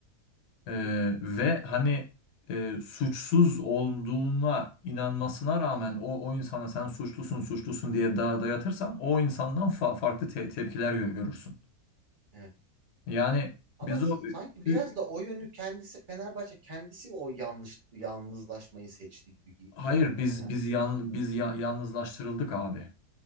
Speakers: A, on the left; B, on the right.
A: Ee,
B: hı hı,
A: ve hani e, suçsuz olduğuna inanmasına rağmen o o insana sen suçlusun suçlusun diye daha dayatırsan o insandan fa- farklı te- tepkiler gö- görürsün.
B: evet.
A: Yani
B: Ama
A: biz o
B: sanki
A: ü-
B: biraz da o yönü kendisi Fenerbahçe kendisi o yanlış yalnızlaşmayı seçti gibi ge-
A: hayır
B: geliyor bana
A: biz
B: ya.
A: biz yan biz ya- yalnızlaştırıldık abi.